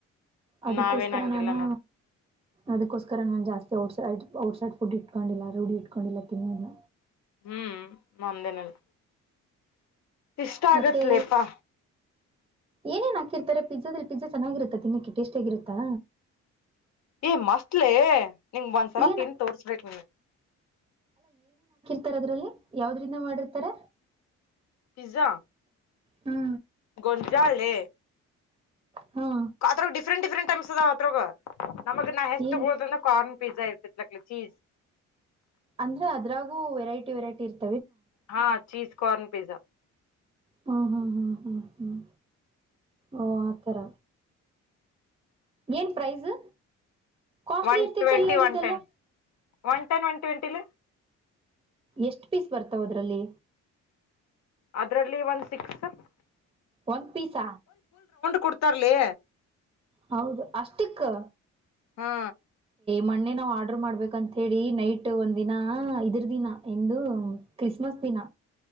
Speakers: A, on the right; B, on the left.
A: ಅದಕ್ಕೋಸ್ಕರ
B: ನಾವೇನ್ ಹಂಗಿಲ್ಲ
A: ನಾನು
B: ನೋಡ
A: ಅದಕೋಸ್ ಸ್ಕರ ನಾನು ಜಾಸ್ತಿ ಔಟ್ಸೈ ಔಟ್ಸೈಡ್ ಫುಡ್ ಇಟ್ಕೊಂಡಿಲ್ಲ ರೂಢಿ ಇಟ್ಕೊಂಡಿಲ್ಲ ತಿನ್ನದ್ನ.
B: ಹ್ಮ್ ಮಾಮ್ದನಲ್ಲ. ಇಷ್ಟ
A: ಮತ್ತೆ
B: ಆಗತ್ಲೇಪಾ.
A: ಏನೇನ್ ಹಾಕಿರ್ತಾರೆ ಪಿಜಾದಲ್ಲಿ ಪಿಜ್ಜಾ ಚೆನ್ನಾಗಿರುತ್ತಾ ತಿನ್ನಕ್ಕೆೆ ಟೇಸ್ಟಾಗಿರುರತ್ತಾ.
B: ಏ ಮಸ್ತ್ಲೇ ನಿಂಗ್ ಒಂದ್ಸಲ
A: ಏನ್
B: ತಿನ್ ತೋರ್ಸ್ಬೇಕ್ ನಿನಗ್
A: ತಾರದ್ರಲ್ಲಿ ಯಾವ್ದ್ರಿಂದ ಮಾಡಿರ್ತಾರ.
B: ಪಿಜ್ಜಾ.
A: ಹಾ
B: ಗೊಂಜಾಳೆ.
A: ಹ್ಮ
B: ಕಾತ್ರು ಡಿಫ್ರೆಂಟ್ ಡಿಫ್ರೆಂಟ್ ಅನ್ಸ್ತದ ಅದ್ರಾಗ. ನಮಗ್ ನಾ ಎಷ್ಟ್
A: ಏನ್
B: ತಗೊಳ್ತ <unintelligible> ಪಿಜ್ಜಾ ಇರ್ತ ಲಕ್ಲೆ ಚೀಜ್.
A: ಅಂದ್ರೆ ಅದ್ರಾಗೂ ವೆರೈಟಿ ವೆರೈಟಿ ಇರ್ತ್
B: ಹಾ ಚೀಸ್ ಕಾರ್ನ್ ಪಿಜ್ಜಾ.
A: ಹ್ಮ ಹ್ಮ್ ಹ್ಮ್ ಹ್ಮ್ ಹ್ಮ್ ಓ ಆತರ. ಏನು ಪ್ರೈಸು ಕಾಸ್ಟ್ಲಿ
B: ಒನ್
A: ಇರ್ತಿತ್ತಲ್ಲ
B: ಟ್ವೆಂಟಿ
A: ಅದ್ರ್ದಲ್ಲ.
B: ಒನ್ ಟೆನ್ ಒನ್ ಟೆನ್ ಒನ್ ಟ್ವೆಂಟಿಲ್ಲಿ.
A: ಎಷ್ಟು ಪೀಸ್ ಬರ್ತಾವ ಅದ್ರಲ್ಲಿ?
B: ಅದ್ರಲ್ಲಿ ಒಂದು ಸಿಕ್ಸು.
A: ಒಂದು ಪೀಸ?
B: ಕೊಡ್ತಾರ್ಲೇ.
A: ಹೌದು ಅಷ್ಟಿಕ್ಕ?
B: ಹಾ
A: ಮನ್ನೆ ನಾವ್ ಆರ್ಡರ್ ಮಾಡ್ಬೇಕಂತ ಹೇಳಿ ನೈಟ್ ಒಂದ ದಿನ ಇದ್ರ ದಿನ ಎಂದು ಕ್ರಿಸ್ಮಸ್ ದಿನ